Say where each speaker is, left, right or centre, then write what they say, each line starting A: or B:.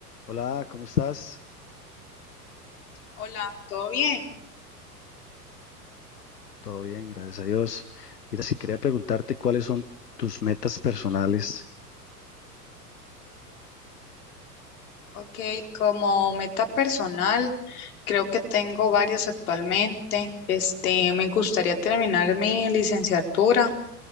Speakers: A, on the left (about 75°); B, on the left (about 65°).
A: Hola, ¿cómo estás?
B: Hola, ¿todo bien?
A: Todo bien, gracias a Dios. Mira, si quería preguntarte cuáles son tus metas personales.
B: Ok, como meta personal, creo que tengo varias actualmente. Este, me gustaría terminar mi licenciatura.